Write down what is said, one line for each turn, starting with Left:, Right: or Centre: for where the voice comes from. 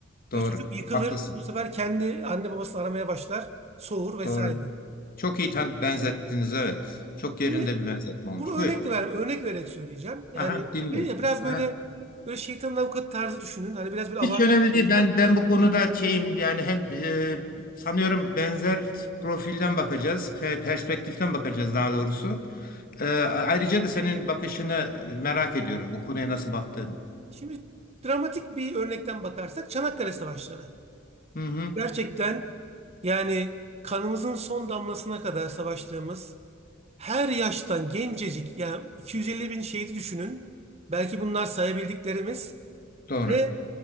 Left: Doğru.
Right: Ve çocuk yıkılır.
Left: Haklısın.
Right: Bu sefer kendi anne babasını aramaya başlar. Soğur vesaire.
Left: Doğru. Çok iyi tan- benzettiniz evet. Çok yerinde
Right: Şimdi
Left: bir benzetme olmuş.
Right: bunu
Left: Buyur.
Right: örnekle ver, örnek vererek söyleyeceğim. Yani
Left: Aha, dinliyorum.
Right: dedim ya biraz
Left: Aha.
Right: böyle böyle şeytanın avukatı tarzı düşünün. Hani biraz böyle abartarak
Left: Hiç önemli değil.
Right: söyleyeceğim.
Left: Ben ben bu konuda şeyim yani hem e, sanıyorum benzer profilden bakacağız, pe- perspektiften bakacağız daha doğrusu. E, ayrıca da senin bakışını merak ediyorum bu konuya nasıl baktığını.
Right: Şimdi dramatik bir örnekten bakarsak Çanakkale Savaşları.
Left: Hı hı.
Right: Gerçekten yani kanımızın son damlasına kadar savaştığımız her yaştan gencecik yani 250 bin şehidi düşünün. Belki bunlar sayabildiklerimiz
Left: Doğru.
Right: ve